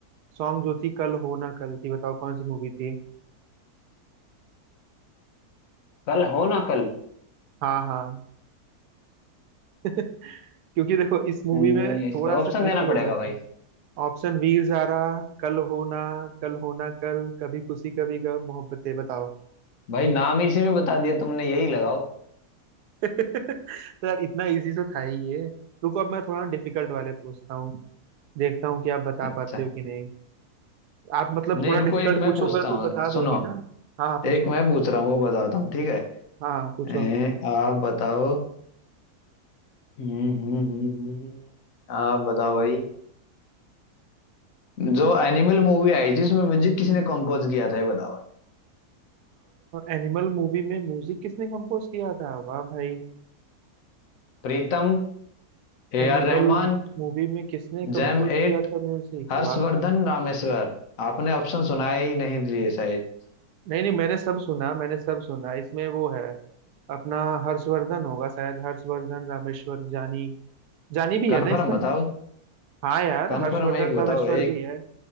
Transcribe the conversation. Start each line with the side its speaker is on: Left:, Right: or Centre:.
Right: सॉन्ग जो थी कल हो ना कल थी बताओ कौन सी मूवी थी
Left: कल हो ना कल
Right: हाँ हाँ <laughs> क्योंकि देखो इस मूवी
Left: हम्म,
Right: में थोड़ा
Left: इसका
Right: सा
Left: ऑप्शन
Right: ट्रिकी
Left: देना
Right: हो
Left: पड़ेगा
Right: सकता
Left: भाई
Right: है ऑप्शन वी जारा कल होना कल होना कल कभी खुशी कभी गम मोहब्बतें बताओ
Left: भाई नाम ही इसी में बता दिया तुमने यही लगाओ
Right: <laughs> तो यार इतना इजी तो था ही ये रुको अब मैं थोड़ा डिफिकल्ट वाले पूछता हूँ देखता हूँ कि आप बता
Left: अच्छा
Right: पाते हो कि नहीं आप मतलब
Left: नहीं
Right: थोड़ा
Left: रुको
Right: डिफिकल्ट
Left: एक मैं
Right: पूछूंगा
Left: पूछता हूँ
Right: तो बता
Left: सुनो
Right: दोगे ना हाँ हाँ पूछो
Left: एक मैं पूछ रहा हूँ वो बताता हूँ ठीक है
Right: हाँ हाँ, पूछो
Left: ए, आप बताओ हम्म हम्म, हम्म, हम्म। आप बताओ भाई जो एनिमल मूवी आई जिसमें म्यूजिक किसने कंपोज किया था ये बताओ
Right: एनिमल मूवी में म्यूजिक किसने कंपोज किया था वाह भाई
Left: Pritam A
Right: एनिमल
Left: R Rahman
Right: मूवी में किसने कंपोज
Left: jam eight
Right: किया था म्यूजिक
Left: Harshvardhan
Right: वाह
Left: Rameshwar आपने ऑप्शन सुनाए ही नहीं दिए शायद
Right: नहीं नहीं मैंने सब सुना मैंने सब सुना इसमें वो है अपना हर्षवर्धन होगा शायद हर्षवर्धन रामेश्वर जानी जानी भी
Left: कन्फर्म
Right: है ना इसमें
Left: बताओ
Right: हाँ यार
Left: कन्फर्म
Right: हर्षवर्धन
Left: एक बताओ
Right: रामेश्वर
Left: एक
Right: भी है